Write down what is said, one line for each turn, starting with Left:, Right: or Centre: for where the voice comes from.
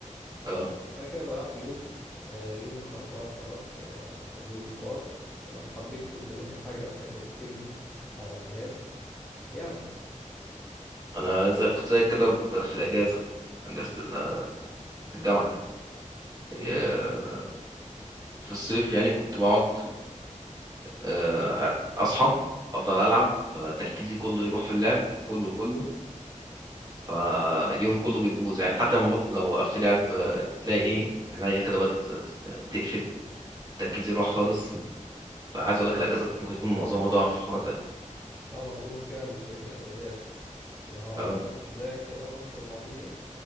Right: اه
Centre: انا كده ضيعت يومي آه، يومي خربان خلاص أنا اليوم طار آه، لو حبيت كنت اذاكر حاجه مثلا كانت تفيدني ما عملتهاش يعني
Right: انا زي كنت زي كده ب- في الاجازه اجازه ال- الجامعه
Centre: امم
Right: آه، في الصيف يعني كنت بقعد آه، اصحى افضل العب فتركيزي كله يروح في اللعب كله كله فاليوم كله بيبوظ يعني حتى لما بط... لو وقفت لعب آه، تلاقي ايه عينيا كده بدأت ت- تقفل تركيزي يروح خالص فعايز اقول لك الاجازه ممكن يكون معظمها ضاع في الحوار ده
Centre: اه ما هي دي مشكله مشكله الاجازات لا هو انا
Right: اه
Centre: برضو كنت زيك كده برضو في المواضيع دي